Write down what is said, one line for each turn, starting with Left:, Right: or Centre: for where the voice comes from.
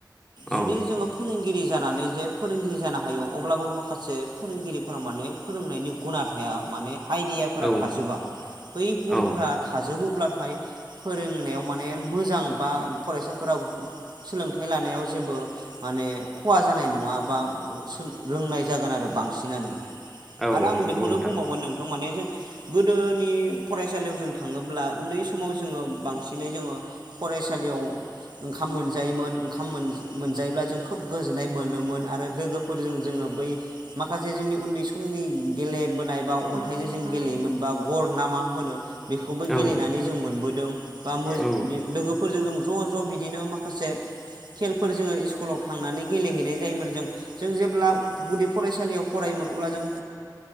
Centre: औ
Right: जुदि जोङो फोरोंगिरि जानानै जे फोरोंगिरि जानो हायो अब्लाबो माखासे फोरोंगिरिफोराव माने फोरोंनायनि गुना थाया माने आइडियाफोरा
Centre: औ
Right: थाजोबा बै गुनफोरा
Centre: औ
Right: थाजोबोब्ला थाय फोरोंनायाव माने मोजां बा फरायसाफोरा सोलोंथाय लानायाव जेबो माने खहा जानाय नङा बा रोंनाय जागोन आरो बांसिनानो।
Centre: औ
Right: आरो आं
Centre: नंगौ
Right: बेखौनो
Centre: नोंथां
Right: बुंबावगोन नोंथां माने गोदोनि फरायसालियाव जों थाङोब्ला उन्दै समाव जोङो बांसिनै जोङो फरायसालियाव ओंखाम मोनजायोमोन ओखाम मोनजायोब्ला जों खोब गोजोन्नाय मोनोमोन आरो लोगोफोरजों जोङो बै माखासे जोंनि उन्दै समनि गेलेबोनाय बा अन्थायजों जों गेलेयोमोन बा गर ना मा होनो बेखौबो गेलेनानै
Centre: औ
Right: जों मोनबोदों बा
Centre: औ
Right: लोगोफोरजों जों ज ज बिदिनो माखासे खेलफोर जोङो इस्कुलाव थांनानै गेलेहैनाय जायोमोन जों जों जेब्ला गुदि फरायसालियाव फरायोमोन अब्ला जों